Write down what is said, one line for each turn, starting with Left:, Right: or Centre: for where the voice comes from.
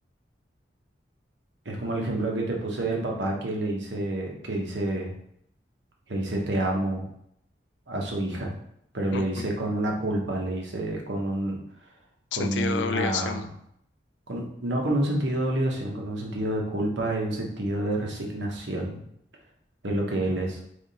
Right: es como el ejemplo que te puse del papá que le dice, que dice, le dice te amo a su hija, pero
Left: Ujú.
Right: le dice con una culpa, le dice con un,
Left: Sentido
Right: con una,
Left: de obligación.
Right: con- no con un sentido de obligación, con un sentido de culpa y un sentido de resignación de lo que él es.